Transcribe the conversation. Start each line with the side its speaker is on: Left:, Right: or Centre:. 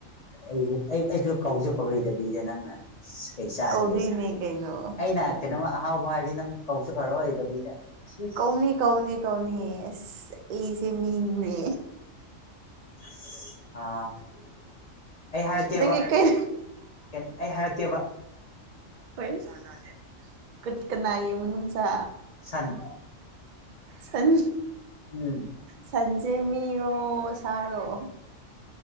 Left: ꯑꯩꯖꯨ ꯑꯩ ꯑꯩꯖꯨ ꯀꯧꯖꯨ ꯀꯧꯔꫭꯏꯗꯕꯤꯗ ꯅꯪꯅ ꯑꯁ ꯀꯩ ꯆꯥꯁꯤꯒꯦ
Right: ꯀꯧꯗꯣꯏꯅꯦ ꯀꯩꯅꯣ
Left: ꯑꯩꯅ ꯀꯩꯅꯣꯝꯃ ꯑꯍꯥꯎꯕ ꯍꯥꯏꯔꯗꯤ ꯅꯪ ꯀꯧꯁꯨ ꯀꯧꯔꯛꯑꯣꯏꯗꯕꯤꯗ ꯁꯤꯁ
Right: ꯀꯧꯅꯤ ꯀꯧꯅꯤ ꯀꯧꯅꯤ ꯑꯁ ꯑꯩꯁꯦ ꯃꯤꯅꯤꯅꯦ
Left: ꯑꯁ ꯑ ꯑꯩ ꯍꯥꯏꯔꯛꯀꯦꯕ
Right: ꯅꯪꯒꯤ ꯀꯩ
Left: ꯀꯟ ꯑꯩ ꯍꯥꯏꯔꯛꯇꯦꯕ
Right: ꯑꯣꯏꯁ ꯀꯠ ꯀꯅꯥꯏ ꯃꯅꯨꯡꯁ
Left: ꯁꯟ
Right: ꯁꯟ
Left: ꯎꯝ
Right: ꯁꯟꯖꯦ ꯃꯤꯔꯣ ꯊꯔꯣ